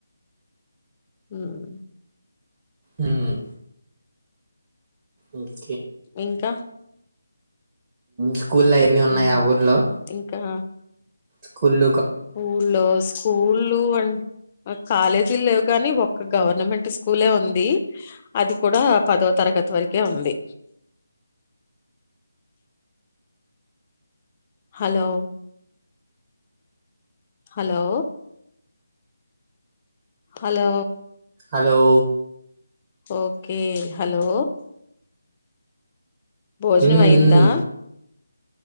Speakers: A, on the left; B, on the right.
A: మ్మ్ హ్
B: మ్మ్ హ్హ్ ఓ <unintelligible>
A: ఇంకా
B: స్కూల్ ఎన్ని ఉన్నాయి
A: ఉమ్
B: ఆ ఊర్లో
A: ఇంకా
B: స్కూల్
A: ఊళ్ళో స్కూళ్లు అంట్ కాలేజీలు లేవుగాని ఒక్క గవర్నమెంట్ స్కూలే ఉంది అది కూడా పదో తరగత్ పదో తరగతి వరకే ఉంది hello hello hello
B: hello
A: okay hello భోజనం
B: హ్మ్.
A: అయిందా
B: హ్మ్.